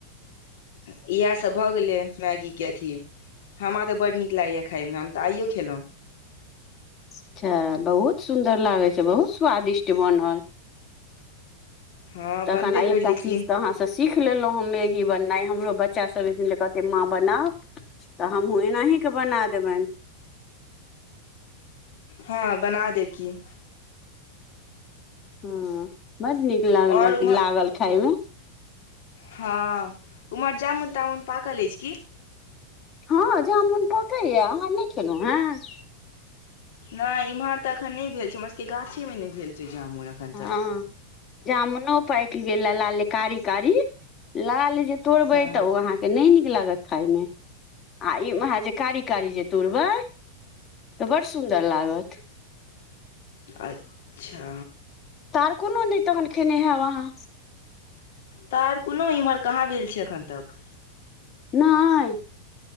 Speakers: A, on the left (about 55°); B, on the left (about 30°).
A: इहे सब भगेले मैगी के अथी हमरा तऽ बड्ड नीक लागैएा खाइमे हम तऽ आइयो खेलहुँं
B: अच्छा बहुत सुन्दर लागै छै बहुत स्वादिष्ट बनल
A: हँ
B: तखन
A: बनबे
B: आ
A: करलै
B: एकटा
A: की
B: चीज तऽ अहाँसे सीख लेलो ह मैगी बनाय हमरो बच्चा सब <unintelligible> कहते माँ बनाव तऽ हमहु एनाही क के बना देब‌इन
A: हँ बना देब की
B: हँ बड नीक लागलक
A: और उम्हर
B: लागल खाायमे
A: हँ उमहर जामुन तामुन पाकल अछि की।
B: हँ जामुन पकैए अहाँ नाऽ खेलहुँ हेँ।
A: नाऽ इम्हर तऽ एखन न‌ऽ भेल छै हमर सबके गाछे मे नाऽ भेल छै जामुन एखन
B: हँ
A: तऽ
B: जामुनो पाइक गेले लागले कारी कारी लाल जे तोरबे
A: हँ
B: त‌ऽ उ‌ऽ अहांँ के न‌ऽ नीक लागत खाइ में आ इ <unintelligible> कारी कारी जे तुड़बै तऽ बड़ सुन्दर लागत
A: अ-च्छा
B: त‌ऽ आर कोनो न‌ऽ तखन खेने हैब अहाँ।
A: तऽ आर कोनो इम्हर कहाँ भेल छै एखन तक
B: न‌‌ऽ